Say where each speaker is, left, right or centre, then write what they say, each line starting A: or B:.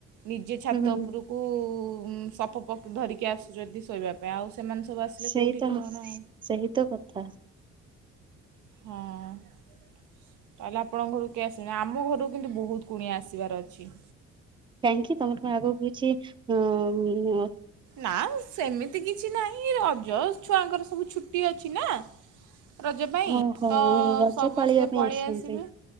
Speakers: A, on the right; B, on the right.
A: ନିଜେ ଛାତ
B: ହୁଁ
A: ଉପରକୁ ସପ୍ ଫପ ଧରିକି ଆସୁଛନ୍ତି ଶୋଇବା ଏବେ ଆଉ ସେମାନେ ସବୁ ଆସିଲେ
B: ସେଇ
A: କୋଉଠି
B: ତ
A: କଣ
B: ସେଇ ତ କଥା
A: ହଁ। ତାହେଲେ ଆପଣଙ୍କ ଘରକୁ କିଏ ଆସିବେନି ଆମ ଘରକୁ କିନ୍ତୁ ବହୁତ କୁଣିଆ ଆସିବାର ଅଛି।
B: କାହିଁକି ତମର କଣ ଆଗକୁ କିଛି ଉଁ
A: ନା ସେମିତି କିଛି ନାହିଁ ରଜ ଛୁଆଙ୍କର ସବୁ ଛୁଟି ଅଛି ନା ରଜ ପାଇଁ
B: ଓହୋ
A: ତ
B: ରଜ
A: ସମସ୍ତେ
B: ପାଳିବା ପାଇଁ
A: ପଳେଇ
B: ଆସୁଛନ୍ତି
A: ଆସିବେ।